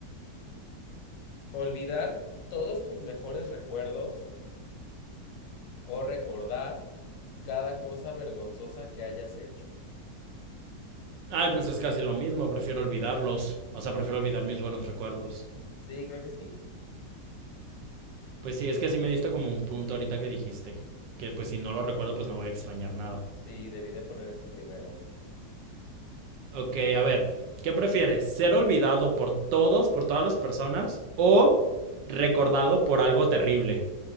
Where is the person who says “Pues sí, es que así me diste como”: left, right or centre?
Right